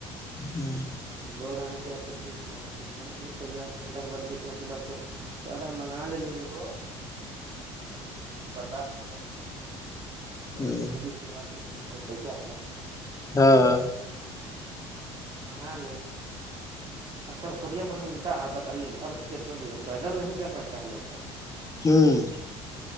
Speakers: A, on the left; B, on the right.
A: ہ
B: تو بول رہے ہیں کہ اچھا ٹھیک ہے تو پھر فون کیے کہلا کی بد بیس منٹ کے بعد تو سارا منگا لیلی ہم کو جس میں برداشت نہ کر سکیں ترا
A: ہوں
B: پھر توب بھیچھ وہ آدمی ہے بھائی پیسا ہے
A: ہاں
B: منگا لے اکتر خوریا پر ملتا ہے بتائیے گھر سے کتنا دور ہے پیدل نہیں جا سکتا ہے لڑکا
A: ہوں